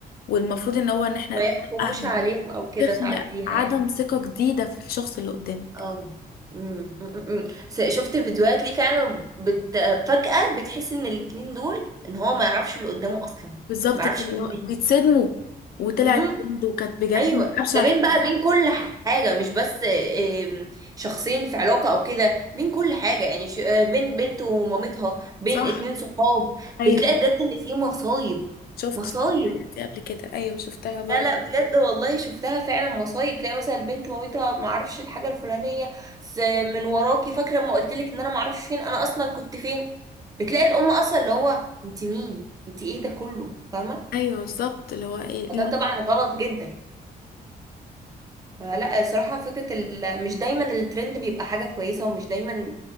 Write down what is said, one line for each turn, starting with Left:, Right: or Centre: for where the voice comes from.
Left: والمفروض ان هو ان احنا
Right: ما
Left: نتوقع
Right: يحكموش عليهم او كده
Left: تخلق
Right: تعديها
Left: عدم
Right: يعني
Left: ثقة جديدة في الشخص اللي قدامك
Right: اه أمم، أمم، أمم. س- شفت فيديوهات ليه فعلا بت... فجأة بتحس ان الاتنين دول ان هو ما يعرفش اللي قدامه اصلا
Left: بالظبط
Right: ما يعرفش
Left: كده اللي هو
Right: مين
Left: بيتصدموا وطلعت
Right: دي
Left: ترند وكانت بجد
Right: ايوه
Left: من أبشع
Right: ده بين
Left: الحاجات
Right: بقى بين كل حاجه مش بس آم، شخصين في علاقه او كده بين كل حاجه يعني ش- آه، بين بنت ومامتها بين
Left: صح
Right: اتنين صحاب
Left: أيوه
Right: بتلاقي بجد ان في مصايب
Left: شفت
Right: مصايب
Left: شفت الحاجات دي قبل كده أيوه شفتها برضه
Right: لا لا بجد والله شفتها فعلا مصايب تلاقي مثلا البنت مامتها ما اعرفش الحاجه الفلانيه س- من وراكي فاكره لما قلت لك ان انا ما اعرفش فين انا اصلا كنت فين بتلاقي الام اصلا اللي هو انت مين انت ايه ده كله فاهمه
Left: أيوه بالظبط اللي هو إيه اللي...
Right: ده طبعا غلط جدا فلا صراحة فكرة ال... مش دايما الترند بيبقى حاجة كويسة ومش دايما